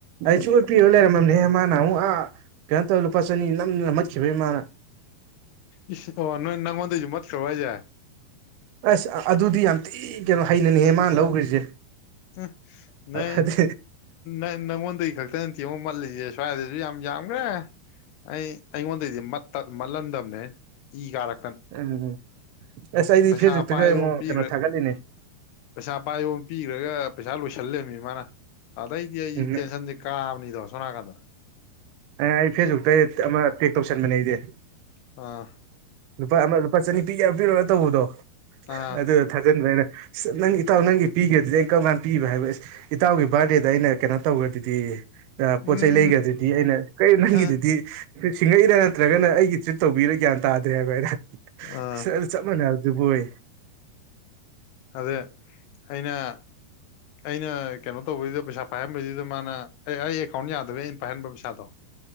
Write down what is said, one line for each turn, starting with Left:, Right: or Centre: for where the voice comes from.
Right: ꯑꯩꯁꯨ ꯄꯄꯤꯔ ꯂꯩꯔꯝꯃꯝꯅꯦꯍꯦ ꯃꯥꯅ ꯑꯃꯨꯛ ꯑꯥ ꯀꯩꯅꯣ ꯇꯧꯔ ꯂꯨꯄꯥ ꯆꯅꯤ ꯅꯝꯅꯝꯃꯠꯈꯤꯕ ꯏꯃꯥꯅ
Left: ꯏ ꯑꯣ ꯅꯣꯏ ꯅꯪꯣꯟꯟꯖ ꯃꯣꯠ ꯀ ꯋꯥꯋꯥꯏꯖ
Right: ꯑꯁ ꯑꯗꯨꯗꯤ ꯌꯥꯝ ꯊꯤ ꯀꯩꯅꯣ ꯍꯩꯅꯅꯤꯍꯦ ꯃꯥꯅ ꯂꯧꯈ꯭ꯔꯤꯁꯦ
Left: ꯑ ꯅ
Right: ꯑꯗꯤ
Left: ꯎ ꯅꯪꯉꯣꯟꯗꯒꯤ ꯈꯛꯇ ꯅꯇꯦꯡ ꯑꯃꯉ ꯃꯠꯂꯤꯁꯦ ꯁ꯭ꯋꯥꯏꯗꯁꯨ ꯌꯥꯝ ꯌꯥꯝꯈ꯭ꯔꯦ ꯑꯩ ꯑꯩꯉꯣꯟꯗꯩꯗꯤ ꯃꯠꯍꯟꯗꯕꯅꯦ ꯏ ꯀꯥꯔꯛꯇꯅ
Right: ꯎꯝ ꯎꯝ ꯑꯁ ꯑꯩꯗꯤ
Left: ꯄꯩꯁꯥ
Right: ꯐꯦꯁꯕꯨꯛꯇꯒ
Left: ꯄꯥꯏꯌꯣ
Right: ꯑꯃꯨꯛ
Left: ꯄꯤꯈ꯭ꯔ
Right: ꯀꯩꯅꯣ ꯊꯥꯒꯠꯂꯤꯅꯦ
Left: ꯄꯩꯁꯥ ꯄꯥꯏꯕꯣ ꯑꯃ ꯄꯤꯈ꯭ꯔꯒ ꯄꯩꯁꯥ ꯂꯣꯏꯁꯜꯂꯕꯃꯤ ꯃꯥꯅ ꯑꯗꯩꯗꯤ ꯑꯩꯁꯤ
Right: ꯎꯝ
Left: ꯇꯦꯟꯁꯟꯗꯤꯦ ꯀꯥꯝꯅꯤꯗ ꯁꯣꯅ ꯀꯗ
Right: ꯑꯦ ꯑꯩ ꯐꯦꯁꯕꯨꯛꯇ ꯑꯃ ꯄꯦꯛ ꯇꯧꯁꯟꯕꯅꯦ ꯑꯩꯗꯤ
Left: ꯑꯥ
Right: ꯂꯨꯄꯥ ꯑꯃ ꯂꯨꯄꯥ ꯆꯅꯤ ꯄꯤꯒ ꯄꯤꯔꯣꯅ ꯇꯧꯕꯗꯣ
Left: ꯑꯥ
Right: ꯑꯗꯨ ꯊꯥꯖꯟꯕ ꯑꯅ ꯑꯁ ꯅꯪ ꯏꯇꯥꯎ ꯅꯪꯒꯤ ꯄꯤꯒꯦꯗꯨꯗꯩꯅ ꯀꯔꯝ ꯀꯥꯟꯅ ꯄꯤꯕ ꯍꯥꯏꯕꯁ ꯏꯇꯥꯎꯒꯤ ꯕꯥꯔꯗꯦꯗ ꯑꯩꯅ ꯀꯩꯅꯣ ꯇꯧꯈ꯭ꯔꯗꯨꯗꯤ
Left: ꯎꯝ
Right: ꯄꯣꯠ ꯆꯩ ꯂꯩꯒ꯭ꯔꯗꯨꯗꯤ ꯑꯩꯅ ꯀꯩ ꯅꯪꯒꯤꯗꯨꯗꯤ
Left: ꯑꯥ
Right: ꯁꯤꯡꯉꯛꯏꯔꯥ ꯅꯠꯇ꯭ꯔꯒꯅ ꯑꯩꯒꯤ ꯇ꯭ꯔꯤꯠ ꯇꯧꯕꯤꯔꯥ ꯒ꯭ꯌꯥꯟ ꯇꯥꯗ꯭ꯔꯦ ꯍꯥꯏꯕ ꯑꯩꯅ
Left: ꯑꯥ
Right: ꯁ ꯑꯗꯨ ꯆꯞ ꯃꯥꯟꯅꯩ ꯕꯣꯏ
Left: ꯑꯗꯦ ꯑꯩꯅ ꯑꯩꯅ ꯀꯩꯅꯣ ꯇꯧꯕꯁꯤꯗ ꯄꯩꯁꯥ ꯄꯥꯏꯍꯟꯕꯁꯤꯗ ꯃꯥꯅ ꯑꯩ ꯑꯩ ꯑꯦꯀꯥꯎꯟ ꯌꯥꯗꯕꯦ ꯑꯩꯅ ꯄꯥꯏꯍꯟꯕ ꯄꯩꯁꯥꯗꯣ <inaudible>